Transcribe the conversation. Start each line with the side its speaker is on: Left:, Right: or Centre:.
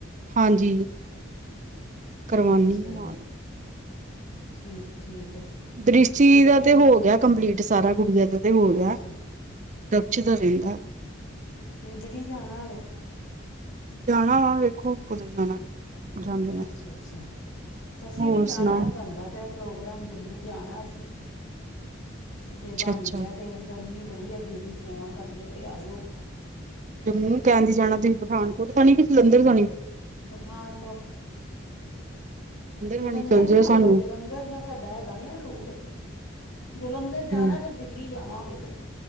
Right: ਹਾਂਜੀ, ਕਰਵਾਨੀ
Left: ਅੱਛਾ
Right: ਆ ਨਾਲ।
Left: ਠੀਕ, ਠੀਕ।
Right: ਦ੍ਰਿਸ਼ਟੀ
Left: ਪਿੰਡ ਨਹੀਂ
Right: ਦਾ
Left: ਜਾ
Right: ਤੇ ਹੋ ਗਿਆ ਕੰਪਲੀਟ, ਸਾਰਾ ਗੁੜੀਆਂ ਦਾ ਤੇ ਹੋ ਗਿਆ।
Left: ਅੱਛਾ
Right: <unintelligible>
Left: ਪਿੰਡ ਨੀ ਜਾਣਾ ਹਲੇ?
Right: ਜਾਣਾ ਵਾ ਵੇਖੋ ਕਦੋਂ ਜਾਣਾ। ਜਾਂਦੇ ਆ
Left: ਅੱਛਾ- ਅੱਛਾ ਅਸੀਂ
Right: ਹੋਰ
Left: ਵੀ ਜਾਣਾ
Right: ਸੁਣਾਓ
Left: ਆ ਬਣਦਾ ਪਿਆ। ਪ੍ਰੋਗਰਾਮ ਜੰਮੂ ਜਾਣਾ ਅਸੀਂ, ਜੇ
Right: ਅੱਛਾ
Left: ਬਣ
Right: ਅੱਛਾ
Left: ਗਿਆ ਤੇ ਗਰਮੀ ਬੜੀ ਏ, ਦੀਦੀ ਫੋਨ ਕਰਦੇ ਪਏ ਆ ਜਓ।
Right: ਦਿੱਲੀ ਕਹਿ ਦੀ ਜਾਣਾ ਤੁਸੀਂ ਪਠਾਨਕੋਟ ਥਾਨੀ ਕਿ ਜਲੰਧਰ ਥਾਨੀ।
Left: ਪਠਾਨਕੋਟ ਜਲੰਧਰ
Right: ਥਾਣੀ ਚੱਲ
Left: ਨਹੀਂ
Right: ਜਾਇਓ
Left: ਆਂਦਾ
Right: ਸਾਨੂੰ
Left: ਜਲੰਧਰ ਦਾ ਸਾਡਾ ਹੈਗਾ ਨੀ ਨਾ ਰੂਡ ਜਲੰਧਰ ਜਾਣਾ
Right: ਹਮ
Left: ਫਿਰ ਦਿੱਲੀ ਜਾਣਾ ਹੋਵੇ ਤੇ